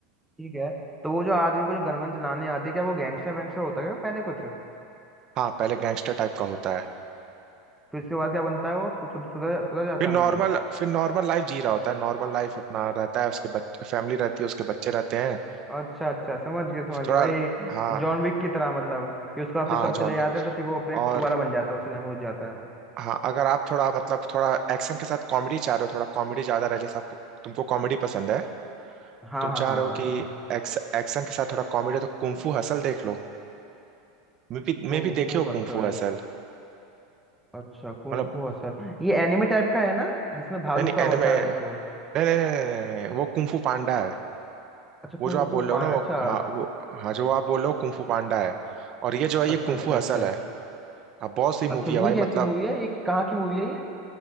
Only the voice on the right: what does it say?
हाँ पहले गैंगस्टर टाइप का होता है
फिर
नॉर्मल
फिर नॉर्मल लाइफ जी रहा होता है नॉर्मल लाइफ अपना रहता है उसके बच्चे फैमिली रहती है उसके बच्चे रहते हैं
थोड़ा
हाँ
हाँ
जॉन
विक
और
हाँ अगर आप थोड़ा मतलब थोड़ा एक्शन के साथ कॉमेडी चाह रहे हो थोड़ा कॉमेडी ज्यादा रहे जैसे आपको तुमको कॉमेडी पसंद है
तुम
चाह
रहे हो
कि
एक्स, एक्शन के साथ थोड़ा कॉमेडी तो कुंफू हसल देख लो मैं भी मैं
भी देखे
हो
कुंफू हसल
मतलब
नहीं नहीं
anime-
नहीं नहीं नहीं नहीं नहीं, नहीं, वो कुंफू पांडा है
वो
जो आप
बोल
रहे हो ना वो
हाँ वो हाँ जो आप बोल रहे हो कुंफू पांडा है और ये जो है ये
कुंफू
हसल
है हाँ बहुत सही मूवी
है भाई
मतलब